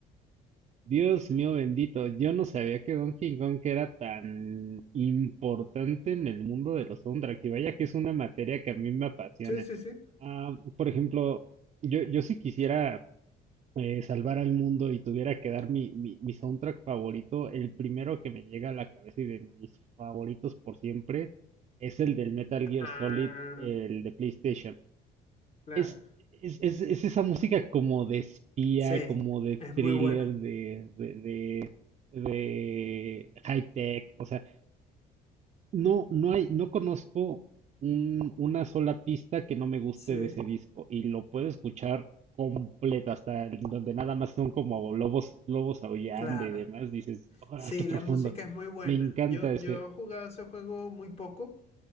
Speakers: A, on the right; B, on the left.
A: Dios mío bendito, yo no sabía que Donkey Kong era tan importante en el mundo de los soundtracks. Y vaya que es una materia que a mí me apasiona.
B: Sí, sí, sí.
A: Ah, por ejemplo, yo, yo sí quisiera eh, salvar al mundo y tuviera que dar mi, mi, mi soundtrack favorito, el primero que me llega a la cabeza y de mis favoritos por siempre es el del Metal Gear
B: Ah,
A: Solid, el de PlayStation.
B: Claro.
A: Es, es, es, es esa música como de espía,
B: Sí,
A: como de
B: es
A: thriller,
B: muy buena.
A: de, de, de, de high tech, o sea, no, no hay, no conozco un- una sola pista que no me guste
B: Sí,
A: de ese disco y lo puedo escuchar completa hasta el- donde nada más son como lobos, lobos aullando
B: claro.
A: y demás. Dices, ¡ah,
B: Sí,
A: qué profundo!
B: la música es muy buena.
A: Me encanta
B: Yo, yo
A: ese.
B: he jugado ese juego muy poco.